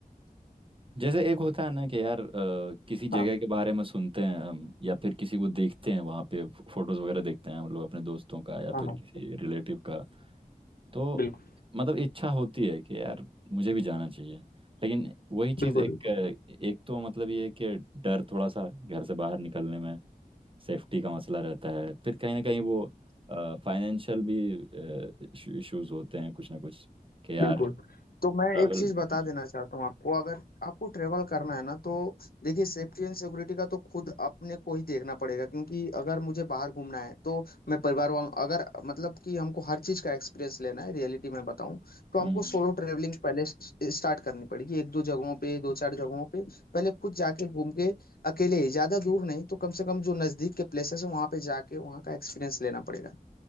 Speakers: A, on the right; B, on the left.
A: जैसे एक होता है ना कि यार अ, किसी जगह
B: हाँ
A: के बारे में सुनते हैं हम या फिर किसी को देखते हैं वहाँ पे फोटोज वगैरह देखते हैं हम लोग अपने दोस्तों का या
B: हाँ
A: फिर
B: हाँ
A: किसी रिलेटिव का तो
B: बिल्कुल
A: मतलब इच्छा होती है कि यार मुझे भी जाना चाहिए लेकिन वही चीज़
B: बिल्कुल
A: एक
B: बिल्कुल
A: अ, एक तो मतलब ये है कि डर थोड़ा सा घर से बाहर निकलने में सेफ्टी का मसला रहता है फिर कहीं ना कहीं वो फाइनेंशियल भी इश्यूज होते हैं कुछ ना कुछ कि यार
B: बिल्कुल तो
A: ट्रैवल
B: मैं एक चीज
A: हम्म
B: बता देना चाहता हूँ आपको अगर आपको ट्रेवल करना है ना तो देखिए सेफ्टी एंड सिक्योरिटी का तो खुद अपने को ही देखना पड़ेगा क्योंकि अगर मुझे बाहर घूमना है तो मैं परिवार वालों अगर मतलब कि हमको हर चीज का एक्सपीरियंस लेना है रियलिटी में बताऊं तो हमको
A: हम्म
B: सोलो ट्रेवलिंग पहले स्टार्ट करनी पड़ेगी एक दो जगहों पे दो चार जगहों पे पहले खुद जाके घूम के अकेले ही ज्यादा दूर नहीं तो कम से कम जो नजदीक के प्लेसेस है वहां पे जाके वहां का एक्सपीरियंस लेना पड़ेगा